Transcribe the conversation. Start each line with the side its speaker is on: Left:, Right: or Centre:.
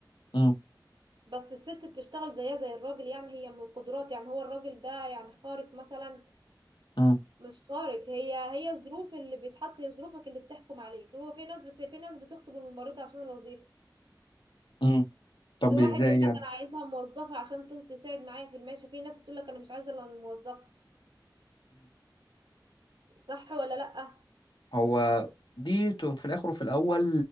Left: امم
Right: بس الست بتشتغل زيها زي الراجل يعني هي من القدرات يعني هو الراجل ده يعني خارق مثلا
Left: امم
Right: مش خارق هي هي الظروف اللي بيتحط هي ظروفك اللي بتحكم عليك هو في ناس بت... في ناس بتخطب الممرضة عشان الوظيفة
Left: امم طب
Right: في واحد
Left: إزاي
Right: يقول
Left: يعني
Right: لك انا عايزها موظفة عشان تس- تساعد معايا في المعيشة في ناس بتقول لك انا مش عايزة الا الموظفة صح ولا لأ
Left: هو دي ت- في الاخر وفي الاول